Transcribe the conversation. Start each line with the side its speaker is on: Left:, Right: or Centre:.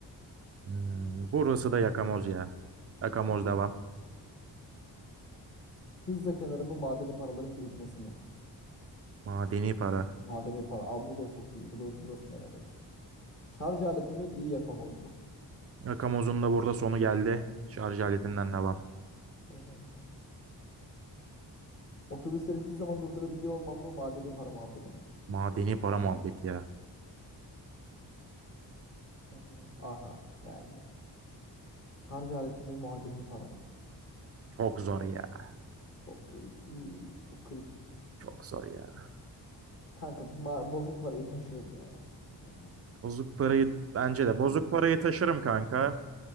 Right: Hmm, burası da yakamoz ya. Yakamoz
Left: Yok.
Right: devam.
Left: Pizza kenarı mı madeni paraların birikmesi mi?
Right: Madeni para.
Left: Madeni para. Aa, bu da çok iyi. Bu da hızlı da final adayı. Şarj aleti mi iyi Yakomaz mı?
Right: Yakamozun da burada sonu geldi. Şarj aletinden devam.
Left: Şarj aleti. Otobüsleri hiçbir zaman durdurabiliyor olmam mı madeni para muhabbeti mi?
Right: Madeni para muhabbeti ya.
Left: Bence de. Aha geldi. Şarj aleti mi madeni para mı?
Right: Çok zor ya.
Left: Çok kritik. Çok kritik.
Right: Çok zor ya.
Left: Kanka ma- bozuk parayı taşırım ya. yanımda.
Right: Bozuk parayı bence de bozuk parayı taşırım kanka.